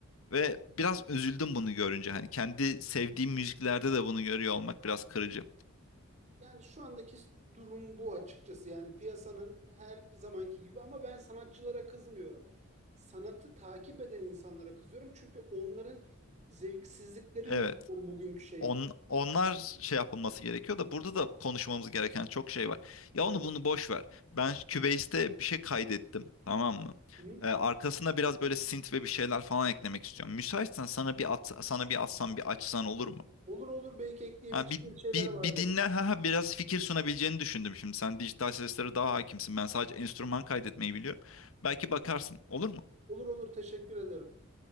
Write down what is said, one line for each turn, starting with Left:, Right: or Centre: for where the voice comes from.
Left: Ve biraz üzüldüm bunu görünce. Hani kendi sevdiğim müziklerde de bunu görüyor olmak biraz kırıcı.
Right: Yani şu andaki durum bu açıkçası. Yani piyasanın her zamanki gibi ama ben sanatçılara kızmıyorum. Sanatı takip eden insanlara kızıyorum. Çünkü onların zevksizlikleri
Left: Evet.
Right: yüzünden bugünkü şey.
Left: On, onlar şey yapılması gerekiyor da burada da konuşmamız gereken çok şey var. Ya onu
Right: Evet.
Left: bunu boş ver. Ben Cubase'de bir şey kaydettim, tamam mı?
Right: Hı?
Left: Ee, arkasına biraz böyle synth ve bir şeyler falan eklemek istiyorum. Müsaitsen sana bir at, sana bir atsam bir açsan olur mu?
Right: Olur olur belki ekleyebileceğim
Left: Ha, bir,
Right: şeyler
Left: bir,
Right: vardır.
Left: bir dinle ha, ha, biraz fikir sunabileceğini düşündüm şimdi. Sen dijital seslere daha hakimsin. Ben sadece enstrüman kaydetmeyi biliyorum. Belki bakarsın. Olur mu?
Right: Olur olur teşekkür ederim.